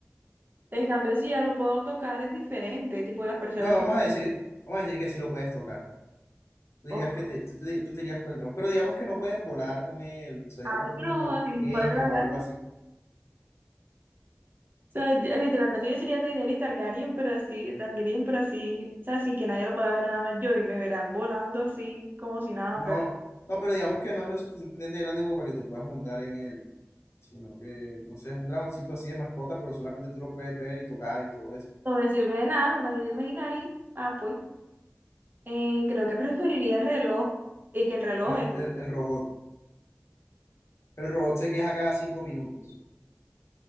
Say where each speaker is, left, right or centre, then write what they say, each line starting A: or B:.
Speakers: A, on the right; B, on the left.
A: en cambio, si ya lo puedo tocar, es diferente, tipo, las personas,
B: no, vamos a decir, vamos a decir que sí lo puedes tocar. Tú dirías
A: o-
B: que te, tú, tú di- tú te irías con el dragón, pero digamos que no puedes volar con él, o sea,
A: ay,
B: digamos que
A: pero,
B: es un dragón
A: ay,
B: pequeño
A: ¿cuál es la gracia?
B: o algo así.
A: O sea, yo- literalmente yo sería Daenerys Targaryen, pero así, Targaryen, pero así, o sea, sin que nadie lo pueda ver nada más yo y me verán volando así como si nada,
B: No,
A: pero
B: no, pero digamos que no es lo suficientemente grande como para que te puedas montar en él, sino que, no sé, es un dragoncito así de mascota, pero solamente tú lo puedes ver y tocar y todo eso.
A: no me sirve de nada, un amigo imaginario. Ah, pues, eh, creo que preferiría el reloj y que el reloj,
B: El,
A: el-
B: el, el robot, el robot se queja cada cinco minutos.